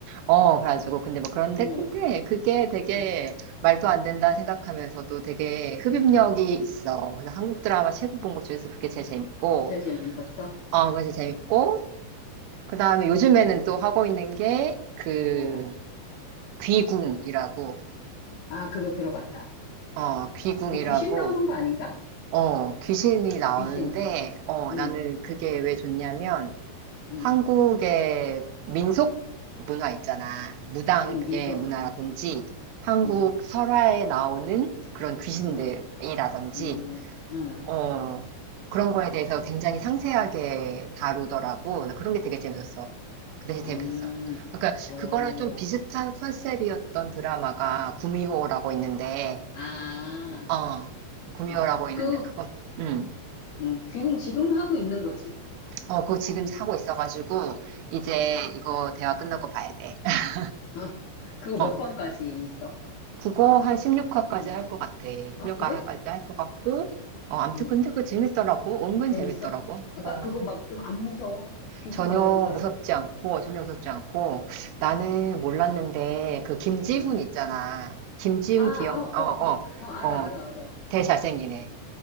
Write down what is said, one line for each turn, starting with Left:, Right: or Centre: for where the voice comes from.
Right: 어, 그래가지고 근데 뭐 그런데
Left: 응.
Right: 근데 그게 되게
Left: 응.
Right: 말도 안 된다 생각하면서도 되게 흡입력이
Left: 응.
Right: 있어. 그래서 한국 드라마 최고 본 것 중에서 그게 제일 재밌고,
Left: 제일 제일 재밌었어? 아,
Right: 어, 그게 제일 재밌고, 그 다음에 요즘에는 또 하고 있는 게 그
Left: 어.
Right: 귀궁이라고,
Left: 아, 그거 들어봤다.
Right: 어, 귀궁이라고.
Left: 그 귀신 나오는 거 아닌가?
Right: 어, 귀신이 나오는데,
Left: 귀신.
Right: 어,
Left: 응.
Right: 나는 그게 왜 좋냐면,
Left: 응.
Right: 한국의 민속 문화 있잖아. 무당의
Left: 응. 민속.
Right: 문화라든지, 한국
Left: 응.
Right: 설화에 나오는 그런 귀신들이라든지,
Left: 응. 응. 응.
Right: 어, 그런 거에 대해서 굉장히 상세하게 다루더라고. 나 그런 게 되게 재밌었어. 그 대신
Left: 응.
Right: 재밌었어. 그러니까,
Left: 어.
Right: 그거랑 좀 비슷한 컨셉이었던 드라마가 구미호라고
Left: 어.
Right: 있는데,
Left: 아.
Right: 어, 구미호라고
Left: 응.
Right: 있는데,
Left: 그
Right: 그거, 음.
Left: 응. 귀국 지금 하고 있는 거지.
Right: 어, 그거 지금 하고 있어가지고, 이제
Left: 응.
Right: 이거 대화 끝나고 봐야 돼. <laughs>
Left: 아, 그거 몇
Right: 어,
Left: 번까지 있어?
Right: 그거 한 16화까지
Left: 응.
Right: 할 것 같아.
Left: 아,
Right: 16화까지
Left: 그래?
Right: 할 것 같고, 어, 암튼
Left: 응.
Right: 근데 그거 재밌더라고. 은근
Left: 재밌어?
Right: 재밌더라고.
Left: 아까
Right: 어,
Left: 그거 막 좀 안 무서워? 귀신
Right: 전혀
Left: 나오는 거라?
Right: 무섭지 않고, 전혀 무섭지 않고, 나는 몰랐는데, 그 김지훈
Left: 응.
Right: 있잖아. 김지훈
Left: 아,
Right: 기억,
Left: 어, 어,
Right: 어, 어,
Left: 어, 어, 알아,
Right: 어,
Left: 알아, 알아.
Right: 되게 잘생기네.